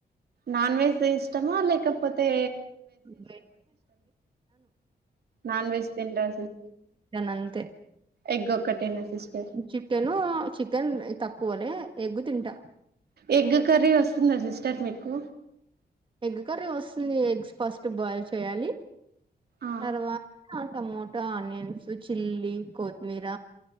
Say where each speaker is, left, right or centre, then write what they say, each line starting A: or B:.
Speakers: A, on the right; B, on the right.
A: నాన్ వెెజ్ ఇష్టమా లేక పోతే
B: న
A: నాన్ వెజ్ తినరా
B: అంత
A: ఎగ్గ్ ఒక్కటేనా సిస్టర్
B: చికెను చికెన్ త క్కువలే ఎగ్గు తింటా
A: ఎగ్గు కర్రీ వస్తుందా సిస్టర్ మీకు
B: ఎగ్ కర్రీ వస్తుంది ఎగ్స్ ఫస్ట్ బాయిల్ చేయాలి
A: ఆ
B: తర్వాతంటా రా ఆనియన్స్ చిల్లీ కోతిమీర